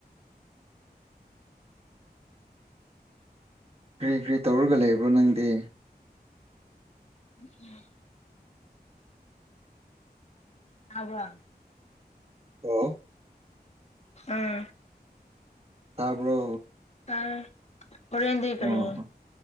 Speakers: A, on the right; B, on the left.
A: ꯀ꯭ꯔꯤ ꯀ꯭ꯔꯤ ꯇꯧꯔꯒ ꯂꯩꯕ꯭ꯔꯣ ꯅꯪꯗꯤ
B: ꯎꯝꯎꯝ ꯇꯥꯕ꯭ꯔꯣ
A: ꯍꯜꯂꯣ
B: ꯑꯥ
A: ꯇꯥꯕ꯭ꯔꯣ
B: ꯑ ꯍꯣꯔꯦꯟꯗꯤ
A: ꯑꯣ
B: ꯀꯔꯤ